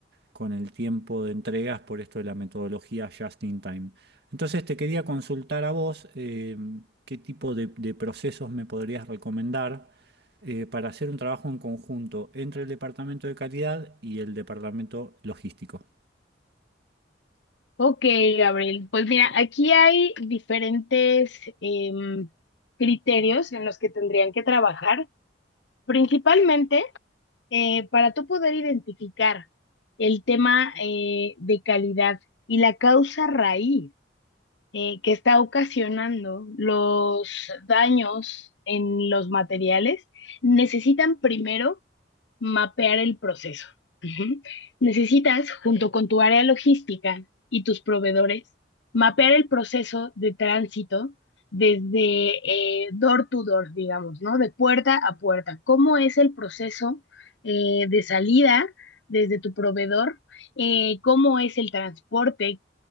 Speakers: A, on the right; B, on the left.
A: con el tiempo de entregas por esto de la metodología just in time. Entonces te quería consultar a vos eh, qué tipo de, de procesos me podrías recomendar eh, para hacer un trabajo en conjunto entre el departamento de calidad y el departamento logístico.
B: Ok, Gabriel. Pues mira, aquí hay diferentes em, criterios en los que tendrían que trabajar, principalmente eh, para tú poder identificar el tema eh, de calidad y la causa raíz eh, que está ocasionando los daños en los materiales. Necesitan primero mapear el proceso. Ujú. Necesitas, junto con tu área logística y tus proveedores, mapear el proceso de tránsito desde eh, door to door, digamos, ¿no? De puerta a puerta. ¿Cómo es el proceso eh, de salida desde tu proveedor? Eh, ¿cómo es el transporte?